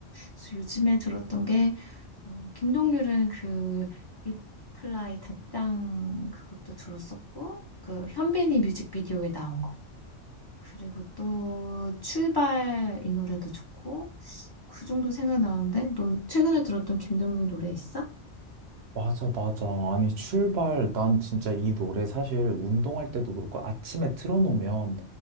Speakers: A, on the left; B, on the right.
A: 그래서 요즘에 들었던 게, 어, 김동률은 그 리플라이 답장 그것도 들었었고, 그 현빈이 뮤직비디오에 나온 거. 그리고 또 출발 이 노래도 좋고, 그 정도 생각나는데? 넌 최근에 들었던 김동률 노래 있어?
B: 맞아, 맞아. 아니, 출발. 난 진짜 이 노래 사실 운동할 때도 그렇고 아침에 틀어놓으면